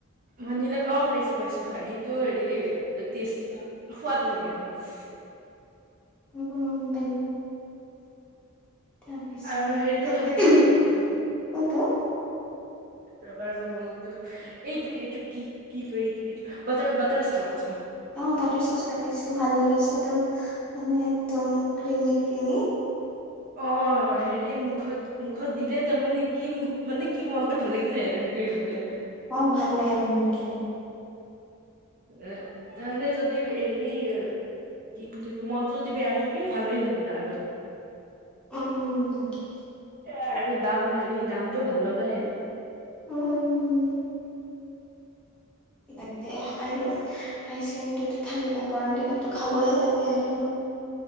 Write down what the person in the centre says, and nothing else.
<unintelligible> তাৰপিছত,
কোনটো?
অ বাটাৰ স্কচ খাই পাইছো ভাল লাগিছে একদম মানে একদম ক্ৰিমি। কিমি।
অ' ভাল লাগে, ভাল লাগে।
উম, উম তাকে
উম, উম। তাকে। আৰু আইচ ক্ৰীমটোত ভাল গৰম দিনতো খাবই লাগে আৰু।